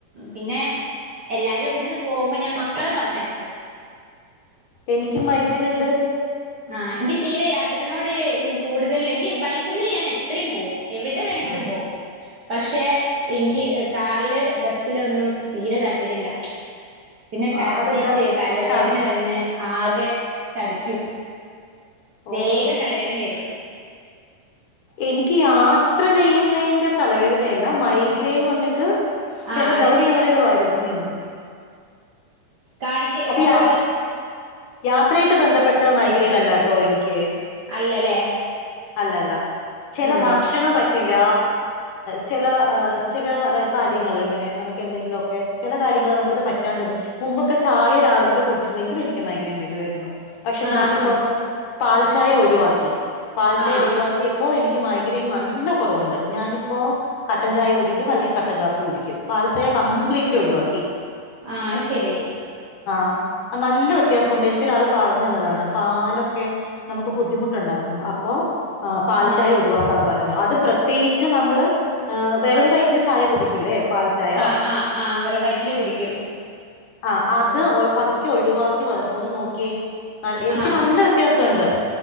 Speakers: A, on the right; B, on the left.
A: പിന്നെ എല്ലാരും ഇവിടെന്ന് പോകുമ്പോ ഞാൻ മക്കളെ പറഞ്ഞയക്കും
B: എനിക്ക് മൈഗ്രൻ ഉണ്ട്
A: ആ എനിക്ക് തീരെ യാത്രനോട് കൂടുതലെനിക്ക് ബൈക്ക്മ്മൽ ഞാൻ എത്രയും പോവും എവിടെ വേണങ്കിലും
B: ഉം
A: പോവും പക്ഷേ എനിക്ക് കാറില് ബസില് ഒന്നും തീരെ താല്പര്യ ഇല്ല പിന്നെ ഛർദിച്ച്
B: ആഹ് അതെന്താ
A: തലവേദന
B: ഛർ
A: വന്ന് ആകെ ചടിക്കും
B: ഓ
A: വേഗം തലവേദന വരും
B: എനിക്ക് യാത്ര ചെയ്യുന്നതിന്റെ തലവേദനായി ല്ല മൈഗ്രെൻ വന്നിട്ട്
A: ആ
B: ചില
A: അതന്നെ
B: ദിവസങ്ങളിൽ വരും ഉം
A: കാണിക്ക്
B: അതിയ
A: വേറെ എന്താ
B: യാത്രയായിട്ട് ബന്ധപ്പെട്ട് മൈ ഗ്രൈനല്ലാട്ടോ എനിക്ക്
A: അല്ലല്ലേ
B: അല്ലല്ല ചെല
A: ആഹ്
B: ഭക്ഷണം പറ്റില്ല ചെല ചെല കാര്യങ്ങൾ ഇങ്ങനെ നമുക്ക് എന്തെങ്കിലുഒക്കെ ചില കാര്യങ്ങൾ നമുക്ക്ത് പറ്റാ ണ്ടത് മുമ്പൊക്കെ ചായ രാവിലത്ത കുടിച്ചില്ലെങ്കിൽ എനിക്ക് മൈഗ്രൈൻ വരുവായിരുന്നു പക്ഷെ
A: ആഹ്
B: ഞാനിപ്പോ
A: ആഹ്
B: പാൽചായ ഒഴിവാക്കി പാൽചായ
A: ആഹ്
B: ഒഴിവാക്കിയപ്പോ എനിക്ക് മൈഗ്രെയിൻ നല്ല കുറവുണ്ട് ഞാനിപ്പോ കട്ടൻ ചായ കുടിക്കും അല്ലെങ്കിൽ കട്ടൻ കാപ്പി കുടിക്കും പാൽചായ കംപ്ലീറ്റ്ലി
A: ആഹ്
B: ഒഴിവാക്കി
A: ആഹ് അത് ശരി
B: ആ നല്ല വ്യത്യാസുണ്ട് എനിക്കൊരാൾ പറഞ് തന്നതാണ് പാലൊക്കെ നമുക്ക് ബുദ്ധിമുട്ടുണ്ടാക്കും അപ്പൊ ആ പാൽചായ
A: ആഹ്
B: ഒഴിവാക്കാൻ പറഞ്ഞു അത് പ്രത്യേകിച്ച് നമ്മള് വേറും വയിട്ടിന് ചായ കുടിക്കില്ലേ പാൽച്ചായ
A: ആ ആ ആ വെറും വയറ്റില് കുടിക്കും
B: ആ അത് പതുക്കെ ഒഴിവാക്കി ഒന്ന് നോക്കിയേ എനിക്ക്
A: ആഹ്
B: നല്ല വ്യത്യാസംഉണ്ട്